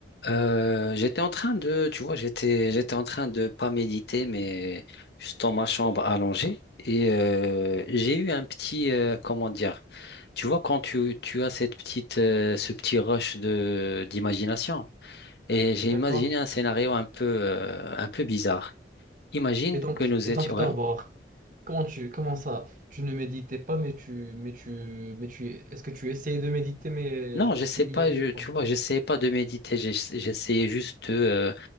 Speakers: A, on the left (about 65°); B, on the right (about 50°).
A: Euh, j'étais en train de, tu vois, j'étais, j'étais en train de pas méditer, mais juste dans ma chambre allongée. Et euh, j'ai eu un petit, euh, comment dire, tu vois, quand tu, tu as cette petite, euh, ce petit rush de, d'imagination, et j'ai imaginé
B: D'accord.
A: un scénario un peu, euh, un peu bizarre. Imagine
B: Et donc,
A: que nous
B: et
A: étions,
B: donc d'abord,
A: ouais.
B: comment tu, comment ça, tu ne méditais pas, mais tu, mais tu, mais tu, est-ce que tu essayais de méditer, mais
A: Non, je sais
B: tu
A: pas,
B: n'y arrivais
A: je,
B: pas?
A: tu vois, j'essayais pas de méditer, j'ess- j'essayais juste euh,